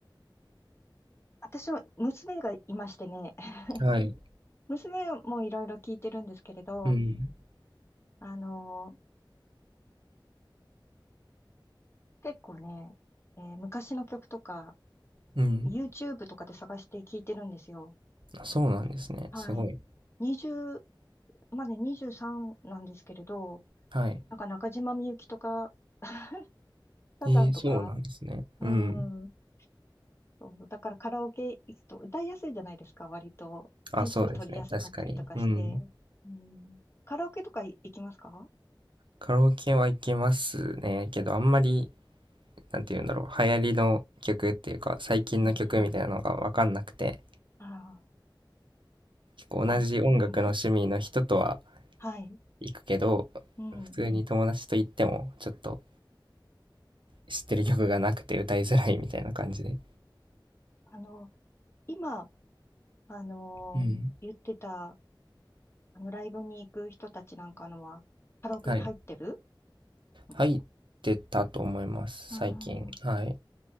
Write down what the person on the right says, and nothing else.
はい。
うん。
うん。
あそうなんですね。
すごい。
はい。
えー、そうなんですね。
うん。
あ、
そうですね。確かに。うん。
カラオケは行けますね。けど、あんまり、なんて言うんだろう。流行りの曲っていうか、最近の曲みたいなのがわかんなくて、
こう同じ音楽の趣味の人とは
行くけど、
普通に友達と行っても、ちょっと知ってる曲がなくて歌いづらいみたいな感じで。
うん。
はい。
入ってたと思います、
最近。はい。